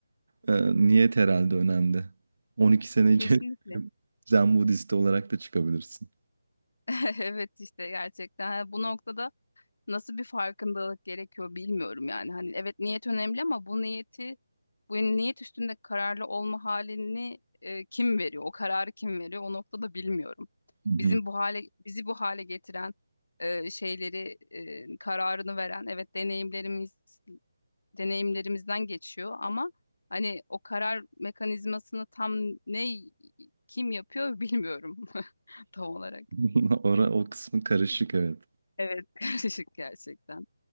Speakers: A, on the right (about 50°); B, on the left (about 65°).
A: e, niyet herhalde önemli. 12 sene
B: Kesinlikle.
A: içerisinde <laughs> Zen Budist olarak da çıkabilirsin.
B: <laughs> Evet işte gerçekten. Ha, Bu noktada nasıl bir farkındalık gerekiyor bilmiyorum yani. Hani evet niyet önemli ama bu niyeti bu niyet üstünde kararlı olma halini e, kim veriyor? O kararı kim veriyor? O noktada bilmiyorum.
A: Hı
B: Bizim
A: hı.
B: bu hale bizi bu hale getiren e, şeyleri e, kararını veren evet deneyimlerimiz deneyimlerimizden geçiyor ama hani o karar mekanizmasını tam ne kim yapıyor bilmiyorum <laughs> tam olarak.
A: <laughs> Ora, o kısmı karışık evet.
B: Evet <laughs> karışık gerçekten.